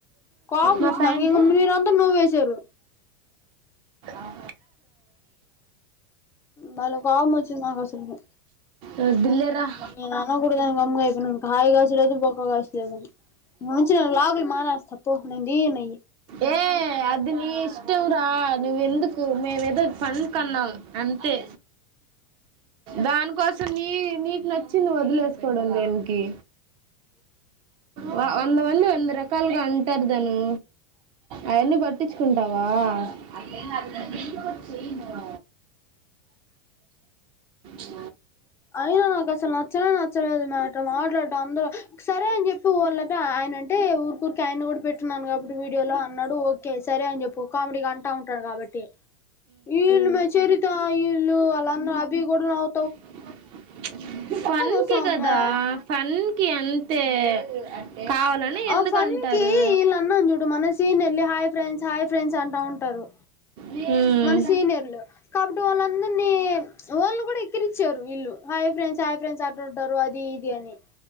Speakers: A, on the left; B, on the right.
A: కోపం
B: న
A: వచ్చింది
B: ప్యాంటు
A: నాకు ఇంక మీరంతా నవ్వేశారు
B: ఆ
A: బలే కోప్మొచ్చింది నాకసల్కి.
B: వద్దులేరా
A: నేననగూడ్దని గమ్ముగైపోయినింక హాయిగా సిరంజి <unintelligible> మంచి నా లాగుల్ మానేస్త పొ నేన్ దియ్యను.
B: ఏ అద్ది నీ ఇష్టం రా నువ్వెందుకు మేమేదొ ఫన్ కన్నాం అంతే. దాన్కోసం నీ నీక్ నచ్చి నువ్వొదిలేస్కోవడం దేన్కి. వ వందమంది వంద రకాల్గా అంటార్ ధనూ. అయన్ని పట్టించుకుంటావా అట్లే కాదా నేనీడికొచ్చి చెయ్ను. చ్
A: ఐనా నాకసలు నచ్చనే నచ్చలేదు మే అట్ట మాట్లాడ్డం అందరూ సరే అన్ జెప్పి వోళ్ళని ఆయ్ ఆయనంటే ఊర్కూర్కే ఆయన్ని గూడ్ పెట్టున్నాను కాబట్టి వీడియో లో అన్నాడు ఓకే సరే అన్ జెప్పు కామ్డీగ అంటా ఉంటాడ్ కాబట్టి ఈళ్ళు మె చెరితా ఈళ్ళు వాల్లందర్ అభి గూడ్ నవ్
B: చ్ ఫన్కి
A: వస్తా
B: గదా
A: ఉంది మే
B: ఫన్కి అంతే. కావాలని
A: ఆ
B: ఎందుకు
A: ఫన్కీ
B: అంటారు
A: ఈళ్ళన్నాం జూడు మన సీనియర్లని హాయ్ ఫ్రెండ్స్ హాయ్ ఫ్రెండ్స్ అంటా ఉ టరు.
B: మ్మ్.
A: మన సీనియర్లు కాబట్టి వాళ్ళందర్ని చ్ వోల్ని గూడెక్కిరిచ్చారు వీళ్ళు హాయ్ ఫ్రె చాయ్ ఫ్రెండ్స్ అట్లుంటారు అదీ ఇదీ అని.